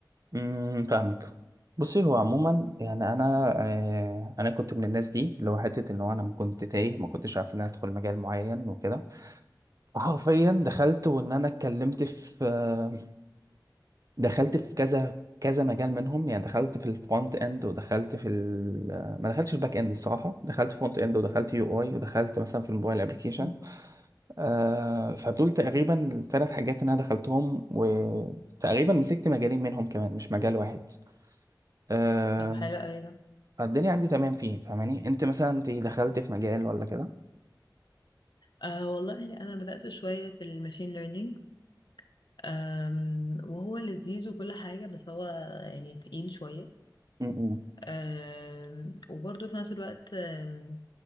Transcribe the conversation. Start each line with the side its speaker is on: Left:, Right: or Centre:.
Right: امم فاهمك بصي هو عموما يعني انا آه انا كنت من الناس دي اللي هو حته ان هو انا كنت تايه ما كنتش عارف ان انا ادخل مجال معين وكده حرفيا دخلت وان انا اتكلمت في آه دخلت في كذا كذا مجال منهم يعني دخلت في الفرونت اند ودخلت في ال آه، ما دخلتش الباك اند الصراحه دخلت فرونت اند ودخلت يو اي ودخلت مثلا في الموبايل ابلكيشن
Left: مم.
Right: آه فدول تقريبا الثلاث حاجات اللي انا دخلتهم وتقريبا مسكت مجالين منهم كمان مش مجال واحد آه،
Left: طب حلو ايضا
Right: فالدنيا عندي تمام فيه فاهماني انت مثلا انت دخلت في مجال ولا كده
Left: أه والله انا بدأت شوية في الماشين ليرنينج أم، وهو لذيذ وكل حاجة بس هو يعني تقيل شوية
Right: امم
Left: أم، وبرضه في نفس الوقت أم،